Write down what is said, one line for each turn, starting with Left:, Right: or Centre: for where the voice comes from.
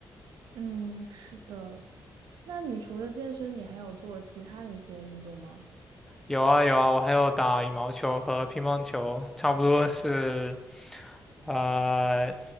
Right: 嗯，是的。那你除了健身，你还有做其他的一些运动吗？
Centre: 有啊有啊，我还有打羽毛球和乒乓球，差不多是，呃，